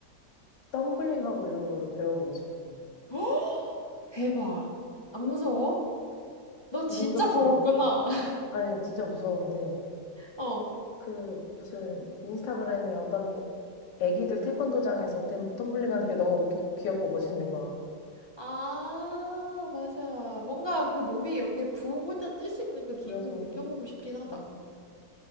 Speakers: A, on the left (about 80°); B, on the left (about 30°).
A: 덤블링하고 이런 거를 배워보고 싶어.
B: <gasps> 대박. 안 무서워? 너 진짜
A: 무섭지?
B: 거웠구나. <laughs>
A: 아니 진짜 무서운데
B: 어.
A: 그 무슨 인스타그램에 어떤 애기들 태권도장에서 덤- 덤블링하는
B: 응,
A: 게 너무
B: 응.
A: 귀, 귀엽고 멋있는 거야.
B: 아, 맞아. 뭔가 그 몸이 이렇게 붕 혼자 뜰 수 있는 그 기분을
A: 그래서
B: 느껴보고 싶긴 하다.
A: 음,